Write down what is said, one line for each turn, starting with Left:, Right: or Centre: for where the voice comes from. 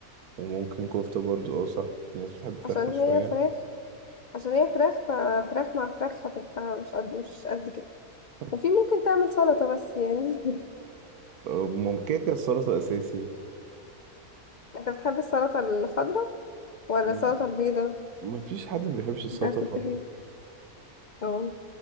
Right: وممكن كفتة برضو اه صح في ناس بتحب فراخ
Left: عشان
Right: مشوية
Left: هي فراخ عشان هي فراخ ففراخ مع فراخ هتبقى مش قد مش قد كده
Right: <laughs>
Left: وفي ممكن تعمل سلطة بس يعني <laughs>
Right: آه، ممكن كده السلطة اساسي
Left: انت بتحب السلطة الخضراء ولا
Right: مم.
Left: السلطة البيضاء
Right: مفيش حد ما بيحبش السلطة
Left: بتاعت
Right: الخضراء
Left: الطحينة اه